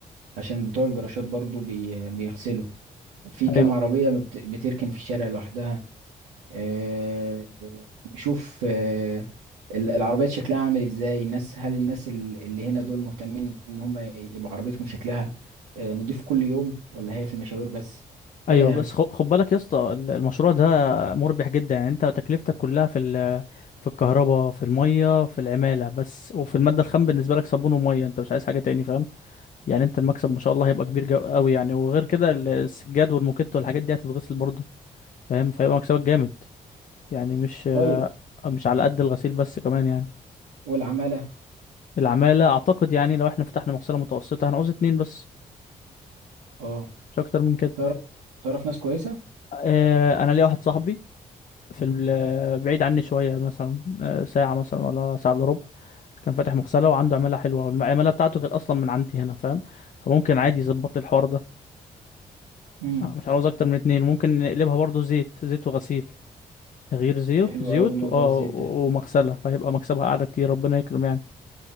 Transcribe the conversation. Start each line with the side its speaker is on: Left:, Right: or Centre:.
Right: عشان بتوع الجراشات برضو بي بيغسلوا في كام
Left: ايوه
Right: عربيه ما بت- بتركن في الشارع لوحدها آه، آه، نشوف آه، ال- العربيات شكلها عامل ازاي الناس هل الناس ال- اللي هنا دول مهتمين ان هم يبقى عربيتهم شكلها آه، نضيف كل يوم ولا هي في المشاوير بس كده
Left: ايوه
Right: يعني
Left: بس خ- خد بالك يا اسطى ال- المشروع ده مربح جدا يعني انت تكلفتك كلها في ال- في الكهرباء في المية في العمالة بس وفي المادة الخام بالنسبة لك صابون ومية انت مش عايز حاجة تاني فاهم يعني انت المكسب ما شاء الله هيبقى كبير جو- قوي يعني وغير كده ال- السجاد والموكيت والحاجات دي هتتغسل برضه فاهم فيبقى مكسبك جامد يعني مش آه،
Right: طيب
Left: مش على قد الغسيل بس كمان يعني
Right: والعمالة
Left: العمالة أعتقد يعني لو احنا فتحنا مغسلة متوسطة هنعوز اتنين بس
Right: اه
Left: مش أكتر من كده
Right: تعرف تعرف ناس كويسة
Left: آه، أنا ليا واحد صاحبي في ال- بعيد عني شوية مثلا آه، ساعة مثلا ولا ساعة إلا ربع كان فاتح مغسلة وعنده عمالة حلوة والعمالة بتاعته كانت أصلا من عندي هنا فاهم فممكن عادي يظبط لي الحوار ده
Right: امم
Left: آه، مش هنعوز أكتر من اتنين ممكن نقلبها برضو زيت زيت وغسيل تغيير زيوت
Right: حلو
Left: زيوت
Right: قوي موضوع
Left: و- اه
Right: الزيت
Left: و-
Right: ده
Left: ومغسلة فهيبقى مكسبها أعلى كتير ربنا يكرم يعني